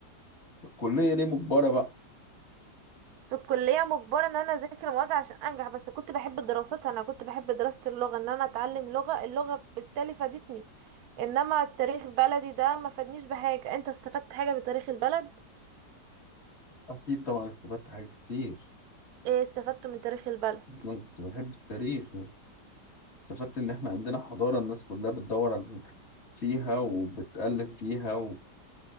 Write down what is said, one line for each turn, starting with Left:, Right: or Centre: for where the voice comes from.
Left: الكليه ليه مجبره بقى
Right: في الكلية مجبرة ان انا اذاكر مواد عشان انجح بس كنت بحب الدراسات انا كنت بحب دراسة اللغة ان انا اتعلم لغة اللغة بالتالي فادتني انما التاريخ بلدي ده ما فادنيش بحاجة انت استفدت حاجة بتاريخ البلد
Left: اكيد طبعا استفدت حاجات كتير
Right: ايه استفدت من تاريخ البلد
Left: اصلا كنت بحب التاريخ يعني استفدت ان احنا عندنا حضاره الناس كلها بتدور على فيها وبتقلب فيها